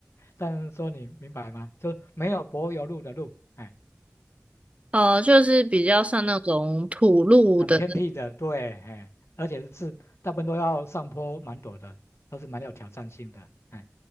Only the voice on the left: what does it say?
但是说你明白吗？就没有柏油路的路，哎，
很偏僻的，对，哎，而且是大部分都要上坡蛮陡的，都是蛮有挑战性的，哎，